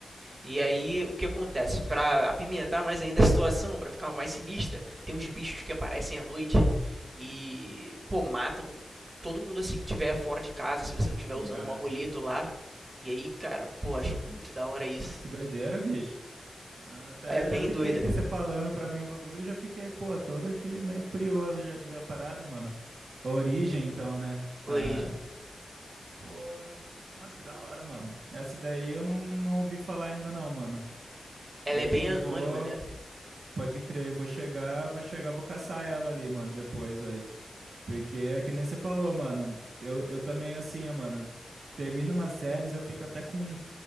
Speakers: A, on the right (about 35°); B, on the right (about 75°).
A: E aí, o que acontece? Para apimentar mais ainda a situação, para ficar mais sinistra, tem uns bichos que aparecem à noite e, pô, matam todo mundo assim que tiver fora de casa, se você não tiver
B: De
A: usando
B: casa.
A: um amuleto lá. E aí, cara, pô, acho muito da hora isso.
B: Nossa, que doideira, bicho. Até
A: É bem
B: já fiquei
A: doida,
B: aqui, você falando pra mim o bagulho, já fiquei, pô, todo aqui meio curioso já de ver a parada, mano. A origem, então, né?
A: Origem.
B: Tá. Porra. Nossa, que da hora, mano. Essa daí eu não, não ouvi falar ainda não, mano.
A: Ela
B: E
A: é
B: acho
A: bem
B: que
A: anônima,
B: vou,
A: né?
B: pode crer, vou chegar, vou chegar, vou caçar ela ali, mano, depois, vai. Porque é que nem você falou, mano. Eu, eu também, assim, ó, mano, termino umas séries, eu fico até com